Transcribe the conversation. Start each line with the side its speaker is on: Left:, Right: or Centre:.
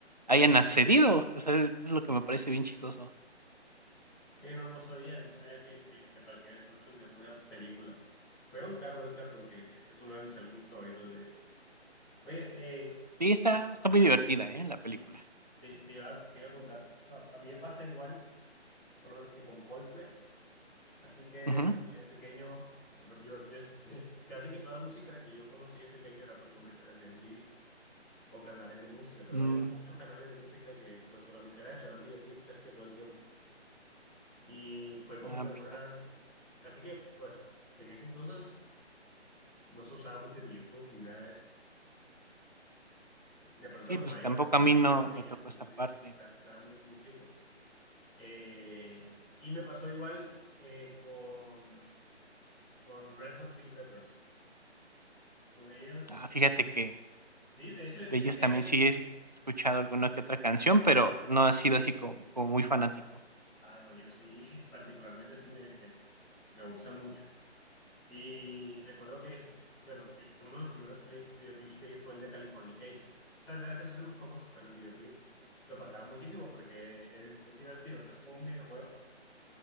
Right: hayan accedido. O sea, es, es lo que me parece bien chistoso.
Centre: Oye, no, no sabía, no sabía que, que, que aparecía en el soundtrack de alguna película. Voy a buscar, voy a buscar porque ese es uno de mis álbumes favoritos de ellos. Oye, eh,
Right: Sí, está, está muy divertida, ¿eh? La
Centre: sí,
Right: película.
Centre: te, te iba, te iba a contar, o sea, a mí me pasa igual, por lo menos que con Coldplay, así que
Right: Ujú.
Centre: lo escuché de pequeño, pero yo, yo <laughs> casi que toda la música que yo conocí de pequeño era por comerciales de MTV o canales de música, creo
Right: Mm,
Centre: que había muchos canales de música que pues solamente era eso, eran videoclips casi que todo el tiempo. Y fue como
Right: ah,
Centre: que
Right: mira.
Centre: una, casi que, pues, en ese entonces no se usaba mucho ni YouTube ni nada de eso. De pronto
Right: Sí,
Centre: los
Right: pues
Centre: mayores,
Right: tampoco
Centre: pero
Right: a mí
Centre: yo,
Right: no
Centre: yo era un niño,
Right: me tocó
Centre: entonces
Right: esa
Centre: sí,
Right: parte.
Centre: esta- estaba muy, muy chico. Eh, y me pasó igual eh, con, con Red Hot Chili Peppers. Con ellos,
Right: Ah, fíjate
Centre: eh,
Right: que
Centre: sí, de hecho, ellos
Right: de ellos
Centre: tienen
Right: también
Centre: el videoclip.
Right: sí he escuchado
Centre: Eh,
Right: alguna que otra canción, pero no ha sido así como, como muy fanático.
Centre: ah, no, yo sí, <laughs> particularmente sí me, me, me gusta mucho. Y recuerdo que, bueno, que que uno de los primeros cli- videoclips que vi fue el de Californication. O sea, es de la canción más famosa, pero el videoclip lo pasaba muchísimo porque es, es divertido. O sea, es como un videojuego